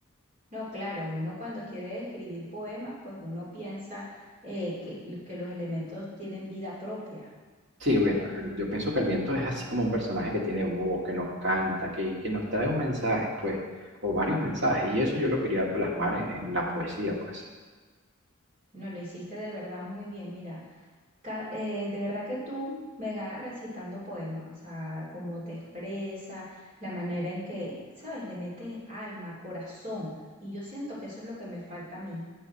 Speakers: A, on the right (about 40°); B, on the right (about 65°).
A: No, claro, uno cuando quiere escribir poemas, pues uno piensa eh, que, que los elementos tienen vida propia.
B: Sí, bueno, el- yo pienso que el viento es así como un personaje que tiene voz, que nos canta, que, que nos trae un mensaje, pues, o varios mensajes, y eso yo lo quería plasmar en, en la poesía, pues.
A: No, lo hiciste de verdad muy bien, mira. ca- eh, de verdad que tú me ganas recitando poemas, o sea, cómo te expresa, la manera en que, ¿sabes? Le metes alma, corazón, y yo siento que eso es lo que me falta a mí.